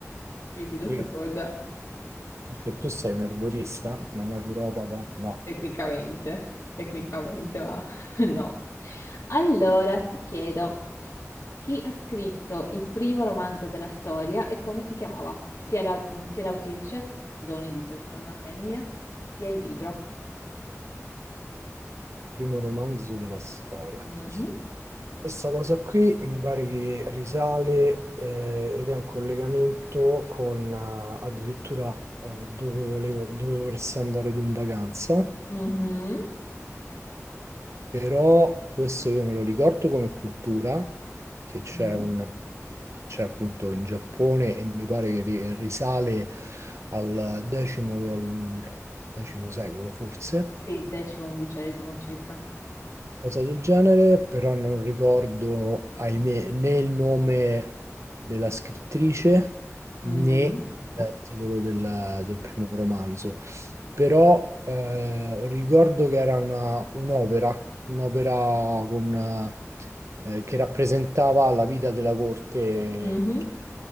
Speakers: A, on the left; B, on the right.
A: quindi
B: Perché,
A: lo sapevo già
B: perché tu sei un erborista, una naturopata? No, No,
A: tecnicamente,
B: che fai?
A: tecnicamente, ma <laughs> no. Allora, ti chiedo, chi ha scritto il primo romanzo della storia e come si chiamava? Sia la- sia l'autrice, ti do un indizio, era una femmina, sia il libro.
B: Primo romanzo della storia.
A: Mhm,
B: Questa cosa qui mi pare che risale eh, ed è un collegamento con eh, addirittura eh, dove volevo, dove vorresti andare tu in vacanza.
A: mhm,
B: Però questo io me lo ricordo come cultura, che c'è
A: mm.
B: un- c'è appunto in Giappone e mi pare che ri- risale al X, al X secolo forse,
A: Sì, decimo, undicesimo circa.
B: cosa del genere, però non ricordo, ahimè, né il nome della scrittrice né
A: Mm,
B: il titolo del, del primo romanzo. Però eh, ricordo che era una- un'opera, un'opera con, eh, che rappresentava la vita della corte.
A: mhm.